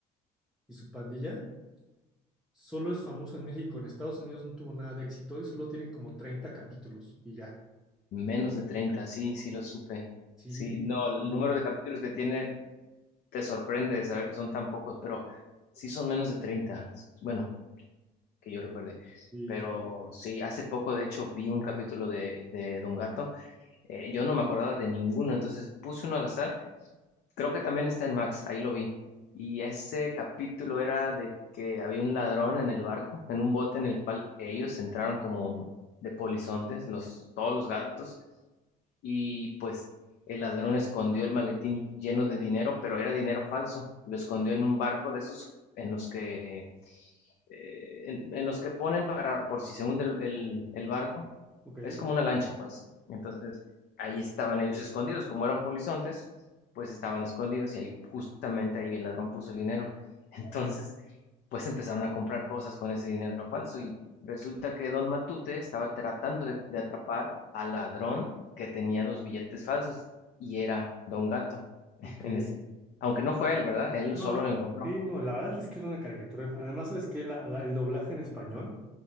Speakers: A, in the centre; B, on the left.
A: y su pandilla solo es famoso en México, en Estados Unidos no tuvo nada de éxito y solo tienen como treinta capítulos y ya.
B: Menos de treinta sí, sí lo supe.
A: Sí,
B: Sí, no, el
A: ándale,
B: número de capítulos que tiene te sorprende de saber que son tan pocos, pero sí son menos de 30, bueno, que yo recuerde.
A: sí.
B: Pero sí, hace poco de hecho vi un capítulo de, de Don Gato. eh, yo no me acordaba de ninguno, entonces puse uno al azar. Creo que también está en Max, ahí lo vi. Y ese capítulo era de que había un ladrón en el barco, en un bote en el cual ellos entraron como de polizontes, los, todos los gatos, y pues el ladrón escondió el maletín lleno de dinero, pero era dinero falso. Lo escondió en un barco de esos en los que eh, en, en, los que ponen para por si se hunde el, el, el, barco.
A: Ok,
B: Es como una lancha, pues. Entonces, ahí estaban ellos escondidos, como eran polizontes, pues estaban escondidos y ahí justamente ahí el ladrón puso el dinero. <laughs> Entonces, pues empezaron a comprar cosas con ese dinero falso y resulta que Don Matute estaba tratando de, de atrapar al ladrón que tenía los billetes falsos y era Don Gato <laughs>
A: ok.
B: en ese. Aunque no fue él, ¿verdad? Él
A: No,
B: solo lo encontró.
A: sí, no, la verdad es que es una caricatura. Además, sabes que el doblaje en español